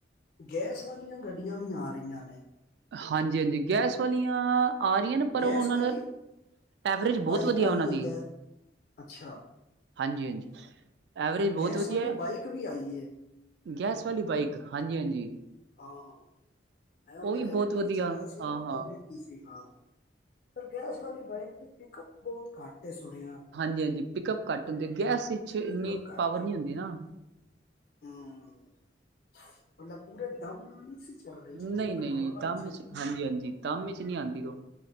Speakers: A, on the left (about 50°); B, on the right (about 60°).
A: ਗੈਸ ਵਾਲੀਆਂ ਗੱਡੀਆਂ ਵੀ ਆ ਰਈਆਂ ਨੇ।
B: ਹਾਂਜੀ ਹਾਂਜੀ, ਗੈਸ ਵਾਲੀਆਂ‌। ਆ ਰਹੀਆਂ ਨੇ। ਪਰ,
A: ਗੈਸ
B: ਔ ਔਨਾਂ
A: ਵਾਲੀ
B: ਨਾਲ ਐਵਰੇਜ
A: ਇੱਕ
B: ਬੌਤ
A: ਬਾਈਕ
B: ਵਧੀਐ
A: ਆਈ
B: ਔਨਾਂ ਦੀ।
A: ਹੈ ਗੈ ਅੱਛਾ
B: ਹਾਂਜੀ ਹਾਂਜੀ, ਐਵਰੇਜ ਬੌਤ
A: ਗੈਸ
B: ਵਧੀਐ,
A: ਵਾਲੀ ਬਾਈਕ ਵੀ ਆਈ ਹੈ
B: ਗੈਸ ਵਾਲੀ ਬਾਈਕ ਹਾਂਜੀ ਹਾਂਜੀ। ਜੀ।
A: ਹਾਂ, ਮੈਂ ਔਧਰ
B: ਵੀ
A: ਐਮ
B: ਬਹੁਤ
A: ਪੀ
B: ਵਧੀਆ
A: ਵਿੱਚ ਗਿਆ ਸੀ
B: ਹਾਂ
A: ਨਾ ਉਥੇ
B: ਹਾਂ
A: ਵੇਖੀ ਸੀ, ਹਾਂ। ਗੈਸ ਵਾਲੀ ਬਾਈਕ ਦੀ ਪਿਕਅਪ ਬੌਤ ਘੱਟ ਏ ਸੁਣਿਆ।
B: ਹਾਂਜੀ ਹਾਂਜੀ ਪਿਕਅਪ ਘੱਟ ਹੁੰਦੀ ਏ, ਗੈਸ ਪਿਛੇ
A: ਪਿਕਅਪ
B: ਇੰਨੀ
A: ਘੱਟ
B: ਪਾਵਰ
A: ਹੈ
B: ਨੀ ਹੁੰਦੀ ਨਾ।
A: ਹੂੰ, ਮਲਬ ਪੂਰੇ ਦਮ ਨਾਲ ਨੀ ਸੀ। ਚੱਲ ਰਹੀ
B: ਨਹੀਂ
A: ਜਿਤਨੀ ਪੈਟਰੋਲ
B: ਨਹੀਂ ਨਹੀਂ,
A: ਵਾਲੀ
B: ਦਮ
A: ਚੱਲਦੀ
B: ਇਚ
A: ਹੈ
B: ਹਾਂਜੀ ਹਾਂਜੀ ਦਮ ਇਚ ਨੀ ਆਂਦੀ ਔ।